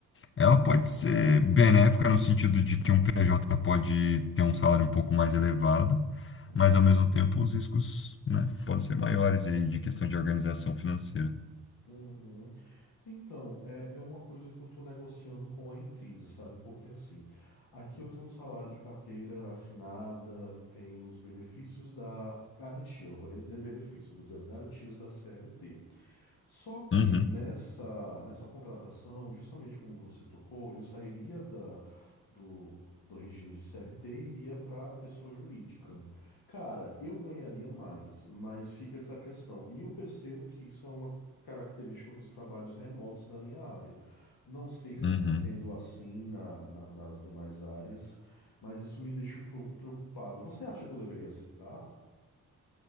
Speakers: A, on the left (about 35°); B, on the left (about 70°).
A: Ela pode
B: já.
A: ser benéfica no sentido de que um PJ pode ter um salário um pouco mais elevado,
B: Uhum,
A: mas ao mesmo tempo os riscos, né, podem ser maiores e aí de questão de organização financeira.
B: uhum. Então, é, é uma coisa que eu estou negociando com a empresa, sabe? Porque assim, aqui eu tenho um salário de carteira assinada, eu tenho os benefícios da garantia, eu não vou nem dizer benefício, eu vou dizer as garantias da CLT. Só que
A: Uhum,
B: nessa, nessa contratação, justamente como você tocou, eu sairia da, do, do regime de CLT e iria para a pessoa jurídica. Cara, eu ganharia mais, mas fica essa questão. E eu percebo que isso é uma característica dos trabalhos remotos da minha área. Não sei se
A: uhum.
B: está sendo assim na, na- nas demais áreas, mas isso me deixa um pouco preocupado. Você acha que eu deveria aceitar?